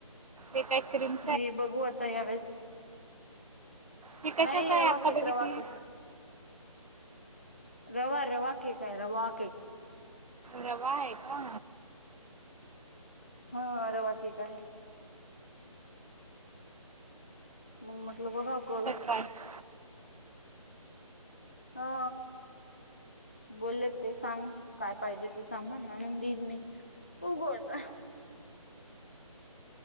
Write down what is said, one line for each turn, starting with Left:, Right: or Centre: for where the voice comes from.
Right: एक काय क्रीम
Left: हे बघू. आता यावेेळेस,
Right: हे कशाच
Left: नाही.
Right: आहे
Left: रवा
Right: आता
Left: केक,
Right: बघितली
Left: रवा केक. रवा रवा केक आहे. रवा केक.
Right: रवा आहे का?
Left: हा रवा केक आहे. मग म्हटलं बघाव करून,
Right: काय ते
Left: हा. बोललेत ते सांग. काय पाहिजे ते सामान आणून देईन मी. बघू आता.